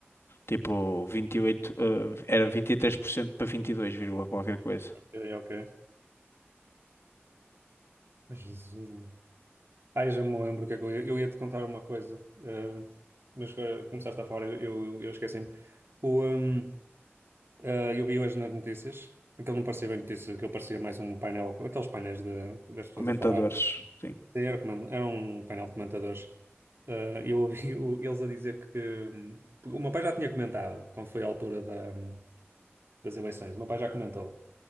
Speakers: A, on the left; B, on the right.
A: Tipo, 28, eh, era 23% para 22 vírgula qualquer coisa.
B: Ok, ok. Ah, Jesus, Ai, já me lembro o que é que eu ia, eu ia te contar uma coisa, eh, mas eh, começaste a falar, eu, eu, eu esqueci-me. O, ehm, eh, eu vi hoje nas notícias, aquilo não parecia bem notícias, aquilo parecia mais um painel, aqueles painéis de, das pessoas
A: Comentadores,
B: a falar.
A: sim,
B: Era, comen- era um painel de comentadores. Eh, eu ouvi o- eles a dizer que. hum, O meu pai já tinha comentado, quando foi a altura da, hum, das eleições, o meu pai já comentou